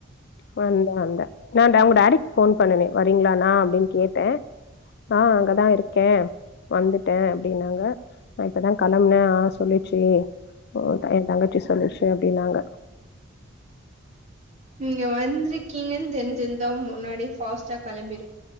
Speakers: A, on the left; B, on the right.
A: வந்த வந்த நா டவுங்க டாடிக்கு ஃபோன் பண்ணேனே, வரீங்களான்ன அப்டின்னு கேட்ட ஆஹ் அங்கதா இருக்க, வந்துட்டே அப்படின்னாங்க. இப்போதா கிளம்புன ஆ சொல்லுச்சு. அவ்லோத்தா ஏ தங்கச்சி சொல்லுச்சு அப்படின்னாங்க.
B: நீங்க வந்திருக்கீங்கனு தெரிஞ்சிருந்தா முன்னாடி பாஸ்ட்டா கிளம்பிரு